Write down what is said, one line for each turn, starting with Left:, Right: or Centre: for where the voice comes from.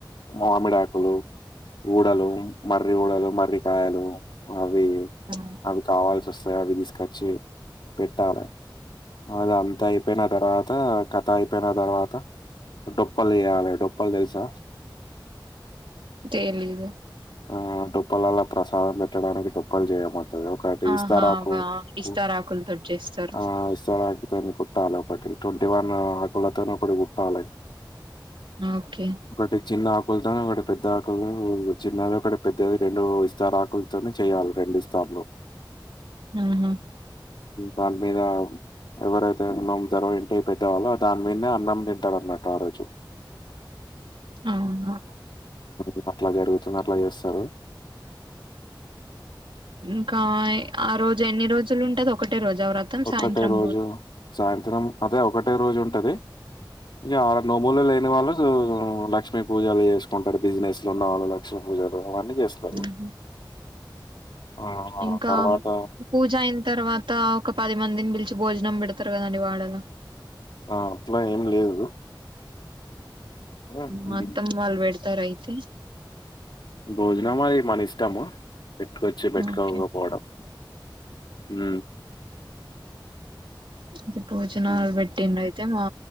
Left: మామిడాకులు. ఊడలు, మర్రి ఊడలు మర్రికాయలు, అవి
Right: ఆ
Left: అవి కావాల్సొస్. తాయి అవి దస్కచ్చి పెట్టాలె. అదంతాయిపోయిన దర్వాత కథ అయిప్. చెప్పిన తర్వాత డొప్పలు దీయాలె, డొప్పలు దెల్సా.? !
Right: తెలీదు
Left: ఆ డొప్పలలా ప్రసాదం బెట్టడానికి డొప్పలు జేయమన్. టది ఒకటి
Right: ఆహా
Left: ఇస్తారాకు
Right: వా
Left: కు
Right: ఇస్తారాకులతోటి చేస్తారు
Left: ఆ ఇస్తారాకు. తోని కుట్టాలొకటి. ట్వంటీ వన్ ఆకులతోనొకటి గుట్టాలె.
Right: ఓకే
Left: ఒకటి చిన్న ఆకుల్తోనొకటి. పెద్దాకులు చిన్నదొకటి పెద్దది రెండు ఇస్తారాకుల్తోనే చేయాలి రెండు ఇస్తార్లు.
Right: ఊహు.
Left: దాని మీద ఎవరైతే ఉన్నాం జ్వర ఇంటి అ పెద్దవాళ్ళ దాని మీద అన్నం తింటారున్నట్టు ఆ రోజు
Right: అవునా
Left: ఇ అట్లా జరుగుతుంది అట్లా చేస్తారు
Right: ఇంకా ఆ రోజు ఎన్ని రోజులు ఉంటది ఒకటే రోజు వ్రతం
Left: ఒకటే
Right: సాయంత్రం
Left: రోజు సాయంత్రం అదే ఒకటే రోజు ఉంటది ఇక ఆ నోములు లేని వాళ్ళు లక్ష్మీ పూజలు చేసుకుంటారు బిజినెస్ లో ఉన్న వాళ్ళు లక్ష్మీ పూజలు అవన్నీ చేస్తారు
Right: ఉహు
Left: ఆ! హ్మ్. ఆ!
Right: ఇంకా
Left: తర్వాత
Right: పూజ అయిన తర్వాత ఒక పది మంది పిలిచి భోజనం పెడతారు కదండి వాడలో
Left: ఆ అప్పులా ఏం లేదు హ్మ్.
Right: మొత్తం వాళ్ళు పెడతార అయితే
Left: భోజనం అది మన ఇష్టము పెట్టుకొచ్చి పెట్టుకోకపోవడం
Right: ఓకే
Left: హ
Right: అతే భోజనాలు
Left: హ్మ్.
Right: పెట్టిండు అయితే మా